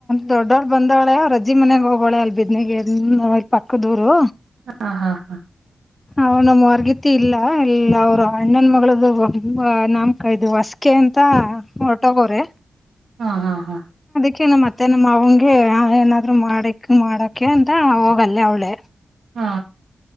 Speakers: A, on the left; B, on the right.
A: ದೊಡ್ಡವಳು ಬಂದಾಳೆ ಅವ್ರಜ್ಜಿ ಮನೆಗ್ ಹೋಗಾಳೆ ಅಲ್ ಬಿದ್ನಗೆನ್ ಅಲ್ ಪಕ್ಕ ದೂರು.
B: ಹಾ ಹಾ ಹಾ
A: ಹ ನಮ್ಮ ಹೊರ್ಗತಿ ಇಲ್ಲ ಎಲ್ಲ ಅವ್ರ್ ಅಣ್ಣನ್ ಮಗಳ್ದಂಬ ನಾಮ್ಕ ಇದು ವಾಸ್ಕೆ ತೆ ಅಂತ ಹೊರ್ಟೋಗೋರೆ.
B: ಹಾ ಹಾ ಹಾ
A: ಕೆ ನಮ್ ಅತ್ತೇನು ಮಾವುಂಗೆ ಏನಾದ್ರು ಮಾಡಕ್ ಮಾಡಕೆ ಅಂತ ಹೋಗಲ್ ಅವ್ಳೇ.
B: ಹಾ